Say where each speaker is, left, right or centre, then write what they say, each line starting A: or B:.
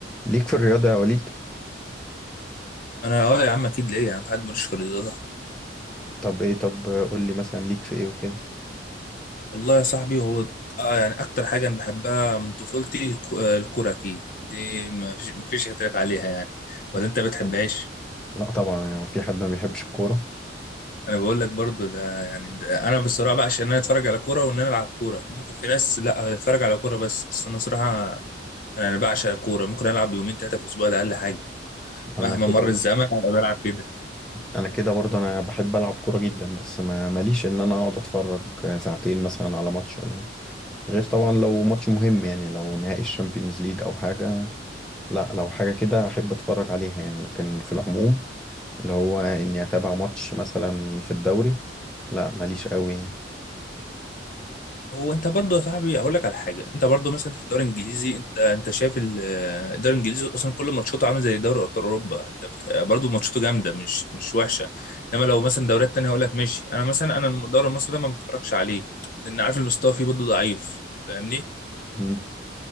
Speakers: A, in the centre; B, on the left.
A: ليك في الرياضة يا وليد
B: انا اه يا عم اكيد ليه يا عم في حد ملوش في الرياضه
A: طب ايه طب قول لي مثلا ليك في ايه وكده
B: والله يا صاحبي هو اه يعني اكتر حاجه انا بحبها من طفولتي الك- آه، الكوره اكيد دي ما فيش ما فيش اختلاف عليها يعني ولا
A: لك-
B: انت بتحبهاش
A: طب- لا طبعا يعني في حد ما بيحبش الكورة
B: انا بقول لك برضو ده يعني ده انا بصراحه بقى عشان انا اتفرج على كوره وان انا العب كوره ممكن في ناس لا اتفرج على كوره بس بس انا صراحه انا أنا بعشق الكوره ممكن العب يومين ثلاثه في الاسبوع ده اقل حاجه
A: انا
B: مهما
A: كده
B: مر الزمن انا بلعب كده
A: انا كده برضه انا بحب العب كورة جدا بس ما ماليش ان انا اقعد اتفرج ساعتين مثلا على ماتش ولا كده غير طبعا لو ماتش مهم يعني لو نهائي الشامبيونز ليج او حاجة لا لو حاجة كده احب اتفرج عليها يعني لكن في العموم اللي هو اني اتابع ماتش مثلا في الدوري لا ماليش قوي يعني
B: هو انت برضو يا صاحبي اقول لك على حاجه انت برضو مثلا في الدوري الانجليزي انت انت شايف ال- الدوري الانجليزي اصلا كل ماتشاته عامل زي دوري ابطال اوروبا انت بت... برضو ماتشاته جامده مش مش وحشه انما لو مثلا دوريات تانية هقول لك ماشي انا مثلا انا الدوري المصري ده ما بتفرجش عليه لان عارف المستوى فيه برضو ضعيف فاهمني
A: مم.